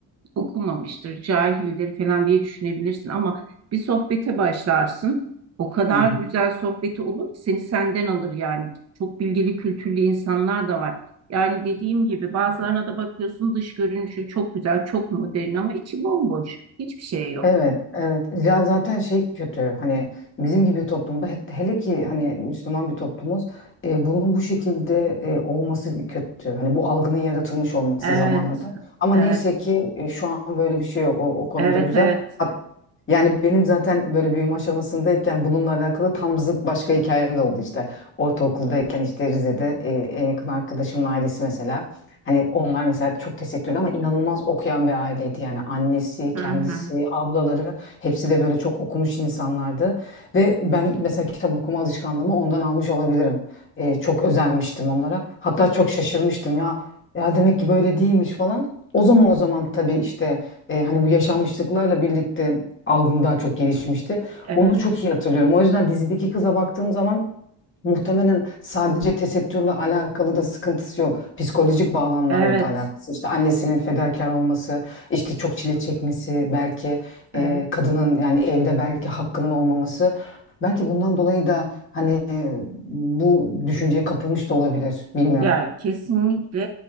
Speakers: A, on the right; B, on the left.
A: okumamıştır, cahildir falan diye düşünebilirsin ama bir sohbete başlarsın. O kadar
B: Hı hı.
A: güzel sohbeti olur ki seni senden alır yani. Çok bilgili, kültürlü insanlar da var. Yani dediğim gibi bazılarına da bakıyorsun dış görünüşü çok güzel, çok modern ama içi bomboş. Hiçbir şey yok.
B: Evet, evet. Ya zaten şey kötü hani bizim gibi bir toplumda he- hele ki hani Müslüman bir toplumuz e, bunun bu şekilde e, olması kötü. Hani bu algının yaratılmış olması
A: Evet,
B: zamanında. Ama
A: evet,
B: neyse ki e, şu an böyle bir şey yok. O, o konuda
A: evet,
B: güzel.
A: evet.
B: Hat- Yani benim zaten böyle büyüme aşamasındayken bununla alakalı tam zıt başka hikayem de oldu işte. Ortaokuldayken işte Rize'de e, en yakın arkadaşımın ailesi mesela. Hani onlar mesela çok tesettürlü ama inanılmaz okuyan bir aileydi. Yani annesi, kendisi,
A: Hı hı.
B: ablaları hepsi de böyle çok okumuş insanlardı. Ve ben mesela kitap okuma alışkanlığımı ondan almış olabilirim. Ee, çok özenmiştim onlara. Hatta çok şaşırmıştım ya. Ya demek ki böyle değilmiş falan. O zaman o zaman tabii işte e, hani bu yaşanmışlıklarla birlikte algım daha çok gelişmişti.
A: Evet,
B: Onu çok iyi hatırlıyorum. O yüzden dizideki kıza baktığım zaman Muhtemelen sadece tesettürle alakalı da sıkıntısı yok. Psikolojik bağlamlarla
A: evet,
B: da alakası. İşte annesinin fedakar olması, işte çok çile çekmesi, belki
A: evet.
B: e, kadının yani evde belki hakkının olmaması. Belki bundan dolayı da hani e, bu düşünceye kapılmış da olabilir. Bilmiyorum.
A: Ya kesinlikle